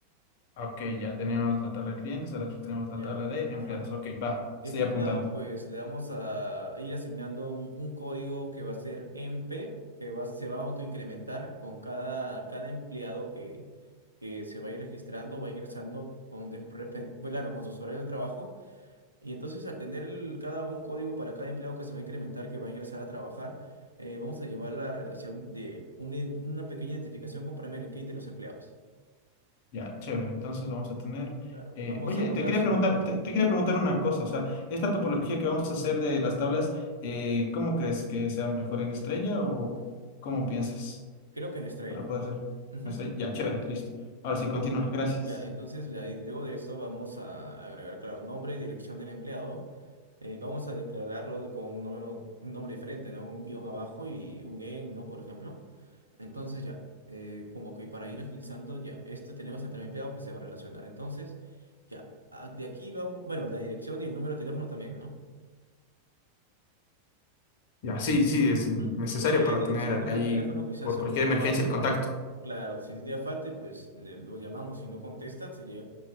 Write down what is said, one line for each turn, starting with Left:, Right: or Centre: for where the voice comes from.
Left: Ok, ya tenemos la tabla de clientes, ahora tenemos
Right: Ya,
Left: la tabla
Right: ok.
Left: de
Right: ajá.
Left: empleados. Ok, va,
Right: Este
Left: estoy apuntando.
Right: empleado, pues le vamos a ir asignando un, un código que va a ser MP, que va, se va a autoincrementar con cada, cada empleado que, que se va a ir registrando, va ingresando con, des- respe- bueno, claro, con sus horarios de trabajo. Y entonces al tener el- cada un código para cada empleado que se va a incrementar, que va a ingresar a trabajar, eh, vamos a llevar la relación de una, ident- una pequeña identificación con Primary Key de los empleados.
Left: Ya, chévere. Entonces vamos a tener.
Right: Claro,
Left: eh,
Right: vamos
Left: oye,
Right: a guardar
Left: te quería
Right: su,
Left: preguntar, te, te quería preguntar una cosa. O sea, esta topología que vamos a hacer de las tablas, eh, ¿cómo crees que sea mejor en estrella o cómo piensas
Right: creo que en estrella.
Left: para poder hacer?
Right: Ujú,
Left: Estrella. Ya, chévere,
Right: Ya,
Left: listo. Ahora
Right: dale.
Left: sí, continúa. Gracias.
Right: Ya, entonces de ahí- luego de eso vamos a agregar, claro, nombre, dirección del empleado. eh, vamos a declararlo con un número, un nombre diferente, ¿no? Un guión abajo y un en, ¿no? Por ejemplo. Entonces ya, eh, como que para ir agilizando, ya, este tenemos entre empleado que se va a relacionar. Entonces, ya, a- de aquí vamos, bueno, la dirección y el número de teléfono también, ¿no?
Left: Ya, sí, sí, es
Right: Ujú.
Left: necesario
Right: ¿Por qué
Left: para
Right: dirección,
Left: tener
Right: número
Left: ahí
Right: de teléfono? Quizás
Left: por
Right: algún
Left: cualquier
Right: día
Left: emergencia
Right: falte.
Left: el contacto.
Right: Claro, si un día falte, pues eh, lo llamamos. Si no contesta, sería